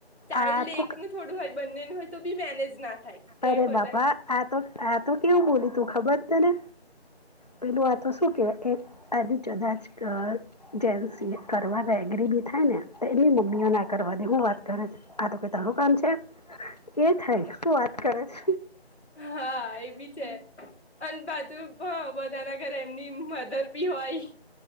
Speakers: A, on the left; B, on the left.
A: ચાઇલ્ડ
B: આ તો
A: એકનું થોડું હોય બંનેનું હોય તો બી મેનેજ ના થાય એ
B: અરે
A: વધારે
B: બાપા આ તો આ તો કેવું બોલી તું ખબર તને પેલું આ તો શું કેવાય કે આ તું જગા જ કર જેન્સ બી કરવાના એગ્રી બી થાય ને, તો એની મમ્મીઓ ના કરવા દે હું વાત તારું, આ તો કઈ તારું કામ છે? એ થાય શું વાત કર છ?
A: હા એ બી છે. અન પાછું અ બધાના ઘરે એમની મધર બી હોય